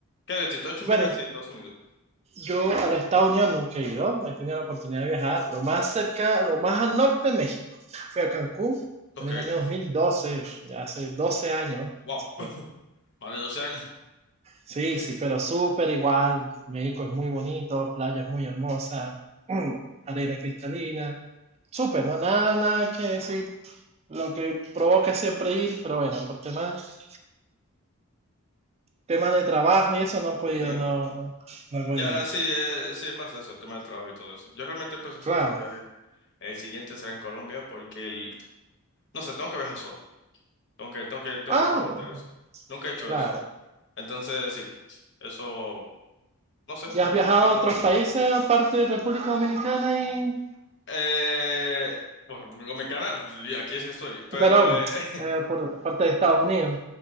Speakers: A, on the left; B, on the right.
A: ¿Qué? ¿De ti tú has hecho
B: Bueno,
A: un viaje así de Estados Unidos?
B: yo a los Estados Unidos nunca he ido. He tenido la oportunidad de viajar lo más cerca, lo más al norte de México. Fui a Cancún
A: Ok.
B: en el
A: <laughs>
B: año 2012, ya hace 12 años,
A: Wow.
B: hace tiempo.
A: Más de 12 años.
B: Sí,
A: As-
B: sí, pero súper igual. México es muy bonito, playas muy hermosas, mm, <clears throat> arena cristalina. Súper, no, nada, nada que decir. Lo que provoca es siempre ir, pero bueno, por temas tema de trabajo y eso no he podido,
A: Ok.
B: no, no, no he podido
A: Ya
B: ir.
A: sí, eh, sí, es más eso, el tema del trabajo y todo eso. Yo realmente empecé a
B: Claro.
A: hacer otro viaje. El siguiente será en Colombia porque el... No sé, tengo que viajar solo. Tengo que, tengo que, tengo
B: Ah,
A: que experimentar
B: bueno,
A: eso. Nunca he hecho
B: claro.
A: eso. Entonces, sí. Eso, no sé,
B: ¿Ya
A: me,
B: has viajado
A: me quedé
B: a
A: con
B: otros
A: ganas.
B: países aparte de República Dominicana y,
A: Eh, bueno, con mi canal, y aquí es que estoy. Pero,
B: perdón,
A: eh, <laughs>
B: eh, por parte de Estados Unidos?